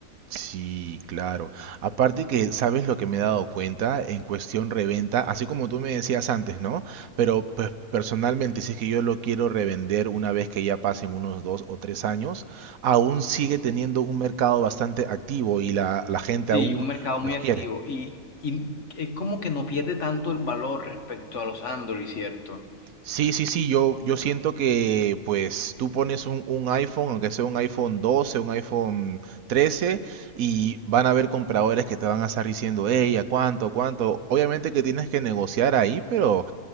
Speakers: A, on the right; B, on the left.
A: sí, claro. Aparte que, ¿sabes lo que me he dado cuenta? En cuestión reventa, así como tú me decías antes, ¿no? Pero pues personalmente, si es que yo lo quiero revender una vez que ya pasen unos dos o tres años, aún sigue teniendo un mercado bastante activo y la, la gente
B: Sí,
A: aún
B: un mercado
A: los
B: muy activo.
A: quiere.
B: Y, y es como que no pierde tanto el valor respecto a los Android, ¿cierto?
A: Sí, sí, sí, yo, yo siento que pues tú pones un, un iPhone, aunque sea un iPhone 12, un iPhone 13, y van a haber compradores que te van a estar diciendo, hey, ¿a cuánto, a cuánto? Obviamente que tienes que negociar ahí, pero,